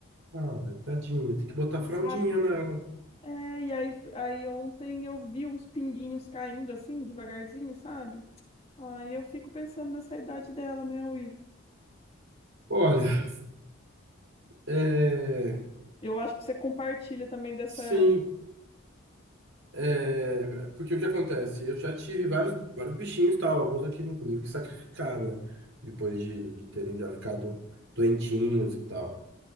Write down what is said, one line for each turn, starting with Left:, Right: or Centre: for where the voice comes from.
Right: Ai, tadinha, tem que botar fraldinha
Left: sabe?
Right: nela.
Left: É, e aí, aí ontem eu vi uns pinguinhos caindo assim, devagarzinho, sabe? Ai, eu fico pensando nessa idade dela, né, Will?
Right: Olha, é...
Left: Eu acho que você compartilha também dessa.
Right: Sim, é... Porque o que acontece? Eu já tive vários, vários bichinhos, tal, alguns eu tive, inclusive, que sacrificar, né? Depois de, de terem já ficado doentinhos e tal.